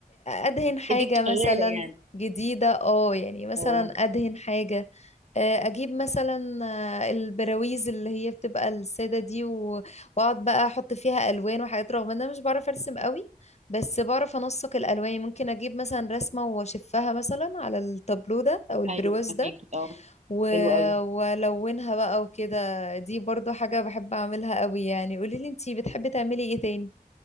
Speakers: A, on the left (about 45°); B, on the right (about 45°).
A: ادهن حاجه
B: ايدك
A: مثلا
B: شغاله يعني
A: جديده اه يعني مثلا
B: اه
A: ادهن حاجه آه، اجيب مثلا آه، البراويز اللي هي بتبقى الساده دي و- واقعد بقى احط فيها الوان وحاجات رغم ان انا مش بعرف ارسم قوي بس بعرف انسق الالوان ممكن اجيب مثلا رسمه واشفها مثلا على التابلو ده او البرواز
B: ايوه فهماكي
A: ده
B: اه
A: و...
B: حلو قوي
A: والونها بقى وكده دي برضو حاجة بحب اعملها قوي يعني قولي لي انتي بتحبي تعملي ايه تاني